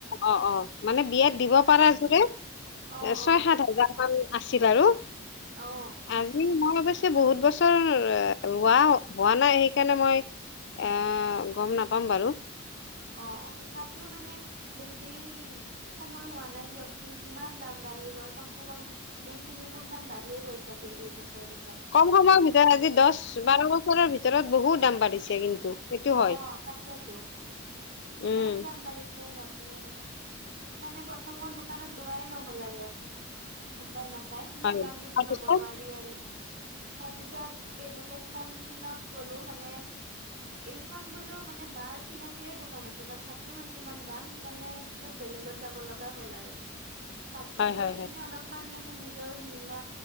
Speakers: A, on the left; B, on the right.
A: অ অ অ মানে বিয়াত
B: উম
A: দিব পাৰা যোৰে ছয়
B: অ অ
A: সাত হাজাৰ আছিল আৰু
B: অ
A: আজি মই অৱশ্যে বহুত বছৰ ৰোৱা হোৱা নাই সেইকাৰণে মই এ
B: উম
A: গম নাপাম বাৰু
B: অ অ তথাপিও মানে বেছি সময় হোৱা নাই দিয়কচোন ইমান দাম বাঢ়ি গ'ল কম চে কম দুই তিনি গুণ মান বাঢ়িয়ে গ'ল চাগে এই বছৰ কেইটাত
A: কম সময়ৰ ভিতৰত
B: নহয়
A: আজি
B: নে
A: দহ বাৰ বছৰৰ ভিতৰত বহুত দাম বাঢ়িছে কিন্তু সেইটো
B: অ
A: হয়
B: তাকেতো ইমান
A: উম
B: দাম বাঢ়িছে ব দে সেইকাৰানে প্ৰথম ক দোকানত লোৱাাই নহলাগয়াাক উপায় নাপায় ইমান
A: হয়
B: দাম দিো
A: তাৰপিছত
B: ল'ব নোৱাৰি আৰু তাৰপিছত বেলেগে খত গ'লো মানে এইখন বোলো মানে বাৰ চিনাকিৰে দু আছিল তথাপিও মানে ইমান দাম সেইকাৰণে পিছত বেলেগত যাব লগা হ'ল আৰু তাতে
A: হয়
B: গৈ
A: হয়
B: কিেনে
A: হয়
B: অলপমান মানে নিজৰ মিলা